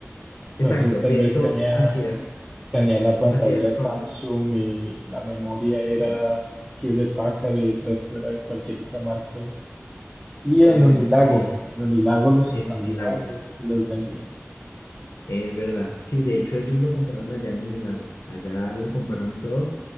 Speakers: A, in the centre; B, on the left.
A: Entonces,
B: exacto,
A: tal
B: de
A: vez
B: hecho,
A: tenía,
B: así era,
A: tenía la pantalla
B: así era el
A: Samsung
B: compu,
A: y la memoria
B: sí,
A: era Hewlett Packard y el resto era cualquier otra marca. Y
B: totalmente,
A: en Unilago,
B: sí,
A: en Unilago los
B: en
A: ensamblaban
B: Unilag.
A: y, y los vendían.
B: Es verdad. Sí, de hecho ellos lo compraron allá en Unilago. Allá lo compraron todo